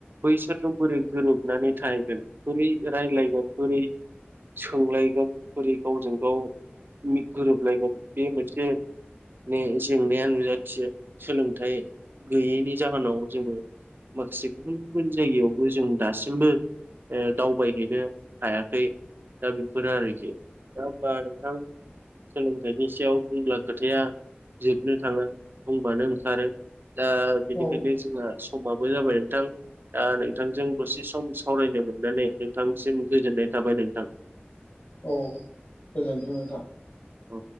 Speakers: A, on the right; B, on the left.
A: बैसोरजों बोरै गोरोब हनानै थाहैगोन बोरै रायजलायगोन बोरै सोंलायगोन बोरै गावजों गाव गोरोबलायगोन बे मोनसे माने जेंनाया नुजाथियो सोलोंथाइ गैयैनि जाहोनाव जोङो माखासे गुबुन गुबुन जायगायावबो जों दासिमबो दावबायहैनो हायाखै दा बेफोरो आरोखि दा होमबा नोंथां सोलोंथाइनि सायाव बुंब्ला खोथाया जोबनो थाङा बुंबानो ओंखारो ।ज्ञदा बेनिखायनो
B: औ
A: जोंहा समाबो जाबाय नोंथां दा नोंथांजों दसे सम सावरायनो मोननानै नोंथांसिम गोजोननाय थाबाय नोंथां।
B: औ गोजोनथों नोंथां
A: औ